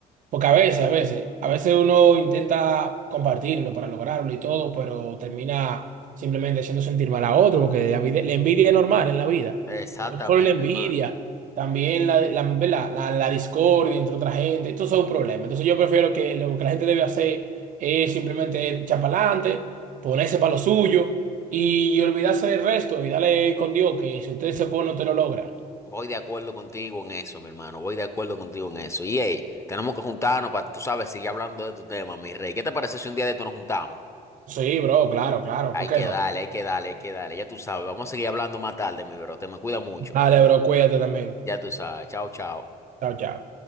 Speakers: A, on the right; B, on the left.
A: porque a veces, a veces, a veces uno intenta compartirlo para lograrlo y todo, pero termina simplemente haciendo sentir mal a otro, porque la, vid- la envidia es normal en la vida.
B: Exactamente,
A: No solo la envidia,
B: hermano.
A: también la, la, ¿verdad? la- la discordia entre otra gente, esto es un problema. Entonces yo prefiero que lo que la gente debe hacer es simplemente echar para adelante, ponerse para lo suyo y, olvidarse del resto y darle con Dios que si usted se pone, usted lo logra.
B: Voy de acuerdo contigo en eso, mi hermano. Voy de acuerdo contigo en eso. Y hey, tenemos que juntarnos para, tú sabes, seguir hablando de tu tema, mi rey. ¿Qué te parece si un día de esto nos juntamos?
A: Sí, bro, claro, claro,
B: Hay
A: ¿por qué
B: que
A: no?
B: darle, hay que darle, hay que darle. Ya tú sabes, vamos a seguir hablando más tarde, mi bro. Te me cuida mucho.
A: Dale, bro, cuídate también.
B: Ya tú sabes. Chao, chao.
A: Chao, chao.